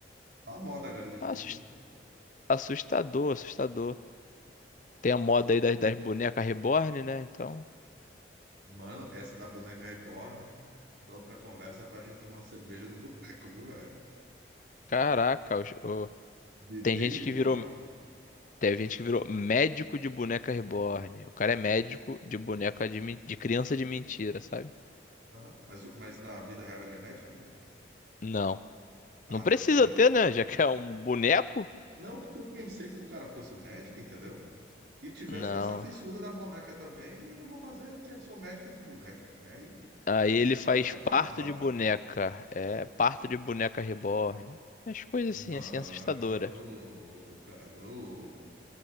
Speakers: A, on the right (about 65°); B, on the left (about 45°).
A: Tá a moda agora de filho,
B: assus-
A: né?
B: assustador, assustador. Tem a moda aí das, das bonecas reborn, né? Então,
A: Mano, essa da boneca reborn, da outra conversa pra gente tomar cerveja no boteco, viu, velho?
B: caraca, os- o-
A: Bebê
B: tem gente
A: reborn.
B: que virou, tem gente que virou médico de boneca reborn. O cara é médico
A: pô.
B: de boneca de, men- de criança de mentira, sabe?
A: Aham. Mas, o- mas na vida real ele é médico, não?
B: Não.
A: Ah,
B: Não precisa
A: ele.
B: ter, né? Já que é um boneco?
A: Não, porque eu pensei que o cara fosse médico, entendeu? E tivesse
B: Não.
A: com essa fissura da boneca também, e eu vou fazer que eu sou médico de boneco também. Aí,
B: Aí ele faz
A: mano, é pra
B: parto
A: acabar
B: de
A: mesmo.
B: boneca. É, parto de boneca reborn. As coisas
A: Mano,
B: assim, assim, assustadora.
A: ô louco, cara, ô louco.